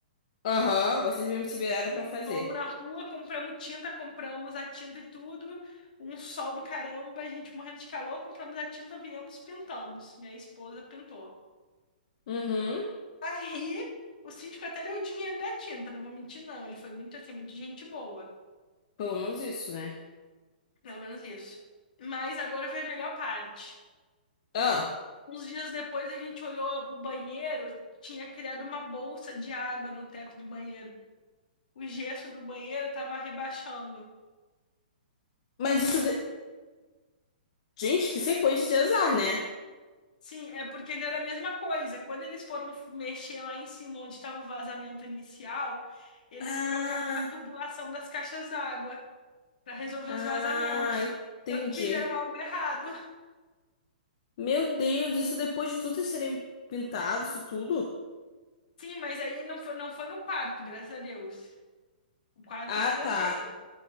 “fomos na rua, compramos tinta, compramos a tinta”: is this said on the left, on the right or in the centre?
Left